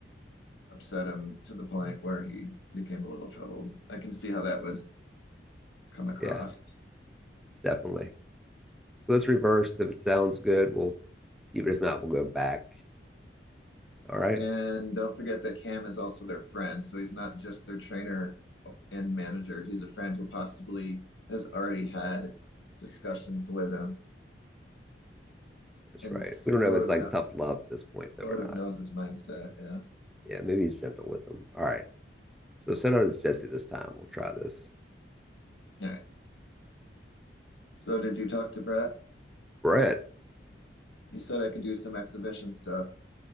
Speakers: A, on the left; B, in the centre.
A: upset him to the point where he became a little troubled. I can see how that would come across.
B: Yeah, definitely. So let's reverse. If it sounds good, we'll keep it. If not, we'll go back. All right.
A: And don't forget that Cam is also their friend, so he's not just their trainer and manager. He's a friend who possibly has already had discussions with him
B: That's
A: and
B: right.
A: sort
B: We don't know if it's
A: of
B: like
A: know,
B: tough love at this point
A: sort
B: though or not.
A: of knows his mindset. Yeah.
B: Yeah, maybe he's gentle with them. All right. So send out as Jesse this time. We'll try this.
A: All right. So did you talk to Brett?
B: Brett,
A: You said I could do some exhibition stuff.